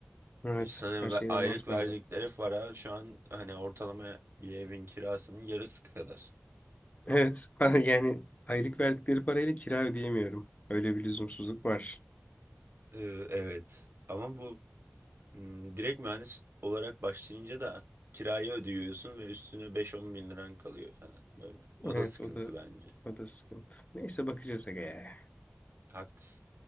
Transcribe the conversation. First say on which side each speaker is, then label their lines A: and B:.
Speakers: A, on the left; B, on the right.
A: Evet.
B: E, Sana
A: Her şey
B: ve-
A: inanılmaz
B: aylık
A: pahalı.
B: verecekleri para şu an hani ortalama bir evin kirasının yarısı kadar.
A: Evet. <laughs> Yani aylık verdikleri parayla kira ödeyemiyorum. Öyle bir lüzumsuzluk var.
B: Ee, evet ama bu hmm, direkt mühendis olarak başlayınca da kirayı ödüyorsun ve üstüne 5-10 bin liran kalıyor falan böyle. O
A: Evet
B: da sıkıntı
A: o da
B: bence.
A: o da sıkıntı. Neyse bakacağız aga ya.
B: Haklısın.